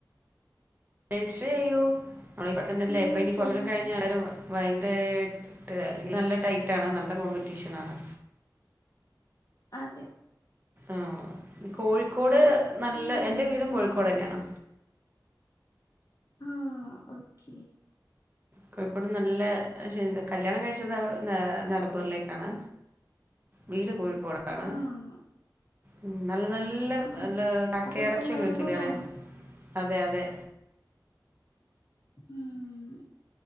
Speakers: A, on the right; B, on the left.
A: രജിസ്റ്റർ ചെയ്യു <unintelligible> ഇപ്പൊ
B: ഉം
A: ഇനി
B: ചെയ്യണം
A: കൊറച്ചൂടെ കഴിഞ്ഞ
B: ചെയ്യണം
A: എരും <unintelligible> അല്ലെങ്കിൽ നല്ല ടൈറ്റ് ആണ് നല്ല കോമ്പറ്റീഷനാണ്.
B: അതെ
A: ആഹ് കോഴിക്കോട് നല്ല
B: ഉം
A: എന്റെ വീടും കോഴിക്കോട് തന്നെയാണ്.
B: ആഹ് ഓക്കേ
A: കോഴിക്കോട് നല്ല <unintelligible> കല്യാണം കഴിച്ചത് ന്ന നലമ്പൂരിലേക്കാണ്. വീട് കോഴിക്കോടാണ്.
B: ആഹ്
A: ഉം നല്ല നല്ല
B: ഉം
A: നല്ല കക്കയറച്ചി
B: അപ്പൊ ഇപ്പൊ നിലമ്പൂരാണോ
A: കിട്ടുലേടെ? അതെ അതെ
B: ആഹ്